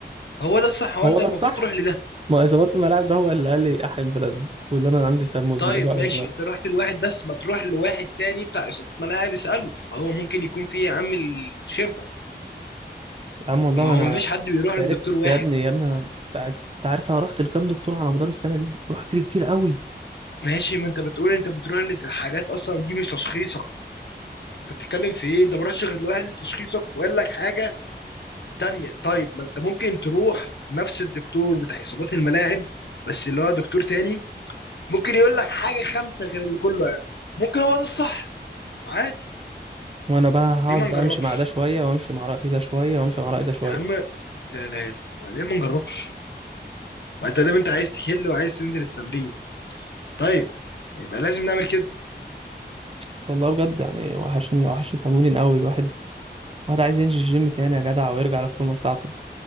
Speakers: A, on the left; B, on the right.
A: هو ده الصح هو
B: هو
A: انت
B: ده
A: المفروض
B: الصح
A: تروح لده
B: ما اصابات الملاعب ده هو اللي قال لي احب بلازما واللي انا عندي التهاب مزمن
A: طيب
B: ايه
A: ماشي
B: رايك بقى
A: انت رحت لواحد بس ما تروح لواحد تاني بتاع اصابات ملاعب اساله هو ممكن يكون فيه عامل شفا
B: يا عم والله
A: ما
B: ما
A: هو
B: انا
A: ما فيش حد بيروح
B: تعبت
A: لدكتور واحد
B: يا ابني يا ابني انا تع- انت عارف انا رحت لكام دكتور على مدار السنه دي رحت لي كتير قوي
A: ماشي ما انت بتقول انت بتروح لحاجات اصلا دي مش تشخيصك انت بتتكلم في ايه انت ما رحتش غير لواحد لتشخيصك وقال لك حاجه تانية طيب ما انت ممكن تروح نفس الدكتور بتاع اصابات الملاعب بس اللي هو دكتور تاني ممكن يقول لك حاجه خمسه غير اللي كله قاله ممكن هو ده الصح عادي
B: وانا بقى هقعد
A: ليه ما نجربش
B: بقى امشي مع ده شويه وامشي مع راي ده شويه وامشي مع راي ده شويه
A: يا عم لا اله الا الله ليه ما نجربش ما انت دايما انت عايز تحل وعايز تنزل التمرين طيب يبقى لازم نعمل كده
B: بس والله بجد يعني وحشني وحشني التمرين قوي الواحد الواحد عايز ينزل الجيم تاني يا جدع ويرجع للفورمه بتاعته